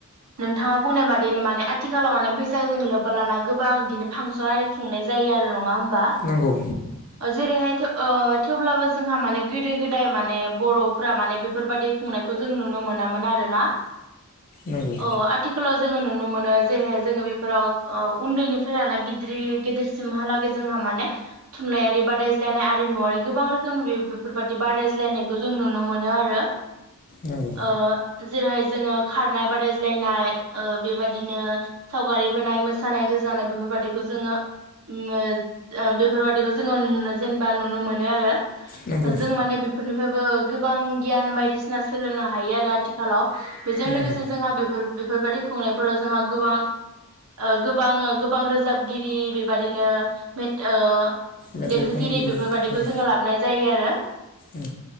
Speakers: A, on the right; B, on the left.
A: नोंथाङा बुंनाय बादिनो माने आथिखालाव माने बैसागो जों लोबबा लाना गोबां बिदिनो फांसन आरि खुंनाय जायो आरो नङा होन बा
B: नंगौ
A: जेरैहाय थेव ओ थेवब्लाबो जोंहा माने गोदो गोद दाय माने बर'फोरा माने बेफोरबादि खुंनायखौ जों नुनो मोनामोन आरो ना।
B: नंगौ
A: अ आथिखालाव जोङो नुनो। नुनो मोनो जेरैहाय जोङो बेफोराव ओ उन्दैनिफ्राय ला गिदरै गेदिरसिमहा लागै जोंहा माने थुनलाइारि बादायज्लायनाय आरिमुवारि गोबां रोखोमनि बे बेफोर बाय दि बारदायज्लायनायखौ जों नुनो मोनो आरो
B: नंगौ
A: ओ जेरैहाय जोङो खारनाय बादायज्लायनाय ओ बेबादिनो सावगारि बोनाय मोसानाय रोजाबनाय बेफोरबादिखौ जोङो उम बेफोरबादिखौ जोङो जेनेबा नुनो मोनो आरो।
B: नंगौ
A: जों माने बेफोरनिफ्रायबो गोबां गियान बायदिसिना सोलोंनो हायो आरो आथिखालाव। बेजों
B: नंगौ
A: लोगोसे जोंहा बेफोर बेफोरबादि खुंनायफोराव जोंहा गोबां ओ गोबां गोबां रोजाबगिरि बेबादिनो मेथ ओ
B: मेथाइ
A: देंखोगिरि
B: खनगिरि
A: बेफोरबायादिखौ
B: उम
A: जोङो लाबोनाय जायो आरो
B: उम